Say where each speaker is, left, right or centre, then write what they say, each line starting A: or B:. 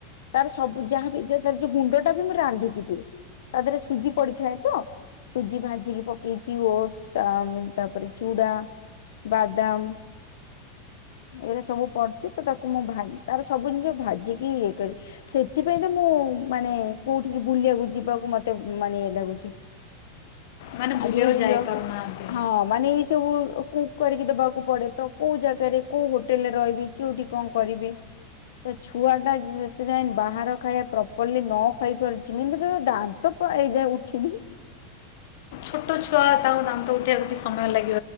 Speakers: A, on the left (about 80°); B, on the left (about 60°).
A: ତାର ସବୁ ଯାହାବ ତାର ଯୋଉ ଗୁଣ୍ଡ ଟା ବି ମୁଁ ରାନ୍ଧିକି ଦିଏ। ତା ଦେହରେ ସୁଜି ପଡିଥାଏ ତ ସୁଜି ଭାଜିିକି ପକେଇଛି ଓଟ ତାପରେ ଚୁଡା ବାଦାମ ଏଇଟା ସବୁ ପଡିୁଛି ତ ତାକୁ ମୁଁ ତାର ସବୁ ଜିନିଷ ଭାଜିକି ଇଏ କରିବି ସେଥିପାଇଁ ତ ମୁଁ ମାନେ କୋଉଠିକି ବୁଲିବାକୁ ଯିବାକୁ ମତେ ମାନେ ଇଏ ଲାଗୁଛି।
B: ମାନେ ବୁଲିବାକୁ
A: ଆଜି ମୋ ଝିଅ
B: ଯାଇପାରୁନାହାନ୍ତି
A: ହଁ ମାନେ ସବୁ କୁକ୍ କରିକି ଦେବାକୁ ପଡେ ତ କୋଉ ଜାଗାରେ କୋଉ ହୋଟେଲରେ ରହିବି କେୋଉଠି କଣ କରିବି ତ ଛୁଆ ଟା ଯେତେ ଯାଇ ବାହାର ଖାଇବା ପ୍ରପରଲି ନ ଖାଇପାରୁଛି ଏମତି ରେ ଦାନ୍ତ ହ ଏଇ ଯାଏ ଉଠିନି।
B: ଛୋଟ ଛୁଆ ତାଙ୍କ ଦାନ୍ତ ଉଠେଇିବାକୁ ବି ସମୟ ଲାଗେ।